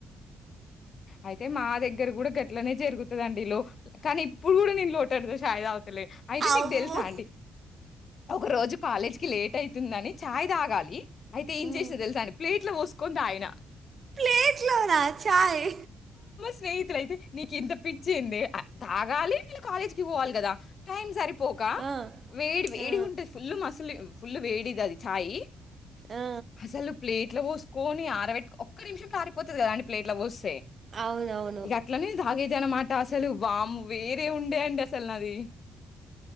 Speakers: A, on the left (about 50°); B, on the right (about 40°).
A: అయితే మా దగ్గర కూడ గట్లనే జరుగుతది అండి లోపల కానీ ఇప్పుడు కూడా నేను లోటడు చాయ్ తాగుత అయితే
B: అమ్మో
A: మీకు తెలుసా అండి ఒక రోజు కాలేజ్ కి లేట్ అయితుందని చాయ్ తాగాలి అయితే ఏం
B: ఉమ్.
A: చేసిన తెలుసా అండి ప్లేట్ లో పోసు కొని తాగిన
B: ప్లేట్ లోనా ఛాయ్
A: స్నేహితులు అయితే నీకు ఇంత పిచ్చేందే తాగాలి నేను కాలేజ్ కి పోవాలి కదా టైం సరి పోక
B: ఆ,
A: వేడి వేడి
B: ఆ,
A: ఉంటది ఫుల్లు మసలీ ఫుల్ వేడిది అది ఛాయి
B: ఆ, ఆ.
A: అసలు ప్లేట్ల పోసుకొ కోని ఆరవెటు ఒక్క నిమిషంలో ఆరిపోతది కదా అండి ప్లేట్ల పోసు
B: అవునవును
A: ఇక అట్లనే తగేదాన్ని అన్న మాట అట అసలు వామ్మో వేరే ఉండే అండి అసలు నాది